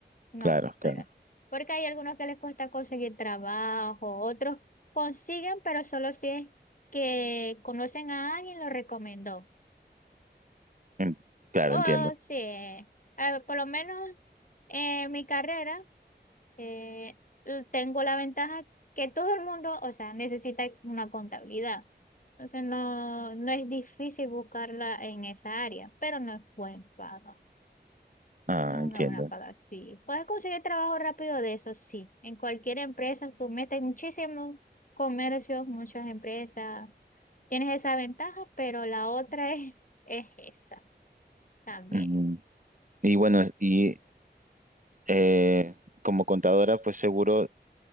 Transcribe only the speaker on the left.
no,
pero porque hay algunos que les cuesta conseguir trabajo, otros consiguen, pero solo si es que conocen a alguien lo recomendó.
Oh,
sí. Eh, por lo menos en mi carrera eh, l- tengo la ventaja que todo el mundo, o sea, necesita una contabilidad. Entonces no, no es difícil buscarla en esa área, pero no es buen pago.
No es
una buena paga, sí. Puedes conseguir trabajo rápido de eso, sí. En cualquier empresa, tú metes muchísimos comercios, muchas empresas. Tienes esa ventaja, pero la otra es, es esa también.